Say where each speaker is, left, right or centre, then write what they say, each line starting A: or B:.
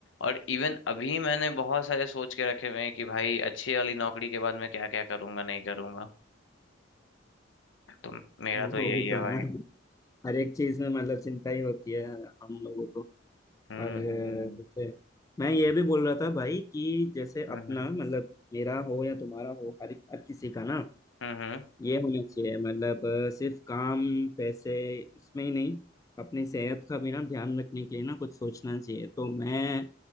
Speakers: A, on the left (about 85°); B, on the left (about 20°).
A: और इवन अभी मैंने बहुत सारे सोच के रखे हुए हैं कि भाई अच्छी वाली नौकरी के बाद मैं क्या क्या करूंगा नहीं करूंगा तो मेरा
B: वो
A: तो यही
B: भी
A: है
B: तो है
A: भाई
B: ना हर एक चीज में मतलब चिंता ही होती है हम लोगों को और
A: हम्म
B: अ,
A: हम्म
B: जैसे मैं ये भी बोल रहा था भाई कि जैसे
A: हम्म
B: अपना
A: हम्म
B: मतलब मेरा हो या तुम्हारा हो हर हर किसी का ना
A: हम्म, हम्म।
B: ये होना चाहिए मतलब अ, सिर्फ काम पैसे इसमें ही नहीं अपनी सेहत का भी ना ध्यान रखने के लिए ना कुछ सोचना चाहिए तो मैं